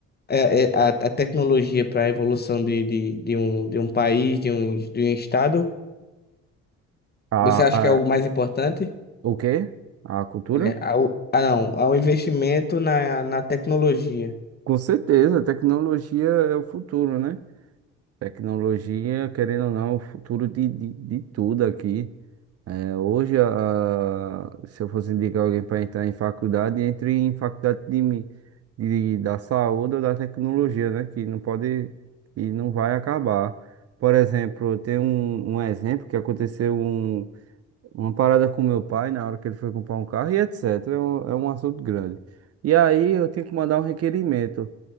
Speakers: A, on the left; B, on the right.
A: é- é a, a tecnologia para a evolução de, de, de um, de um país, de um, de um estado?
B: A,
A: Você acha que
B: a,
A: é algo mais importante?
B: o quê? A cultura?
A: É, ao, ah, não, ao investimento na, na tecnologia.
B: Com certeza, a tecnologia é o futuro, né? Tecnologia, querendo ou não, é o futuro de, de, de tudo aqui. É, hoje, a, a- se eu fosse indicar alguém para entrar em faculdade, entre em faculdade de, mi- de- da saúde ou da tecnologia, né? Que não pode, que não vai acabar. Por exemplo, tem um, um exemplo que aconteceu um, uma parada com meu pai na hora que ele foi comprar um carro e etc. É um, é um assunto grande. E aí eu tenho que mandar um requerimento.